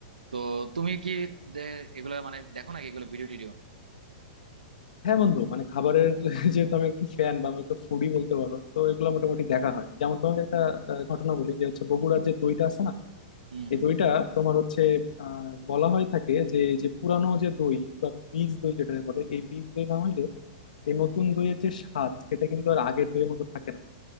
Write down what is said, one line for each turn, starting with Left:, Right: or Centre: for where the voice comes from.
Right: তো তুমি কি দে- এগুলো মানে দেখো নাকি এগুলো ভিডিও টিডিও
Left: হ্যাঁ বন্ধু মানে খাবারের <laughs> যেহেতু আমি একটু ফ্যান বা আমি একটু ফুডি বলতে পারো তো এগুলো মোটামুটি দেখা হয় যেমন তোমাকে একটা আহ, ঘটনা বলি যে হচ্ছে বগুড়ার যে দইটা আছে না
Right: হম হম
Left: এই দইটা তোমার হচ্ছে আহ বলা হয়ে থাকে যে যে পুরানো যে দই বা বীজ দই যেটা বলে এই বীজ দই না হইলে এই নতুন দইয়ের যে স্বাদ সেটা কিন্তু আর আগের দইয়ের মতো থাকে না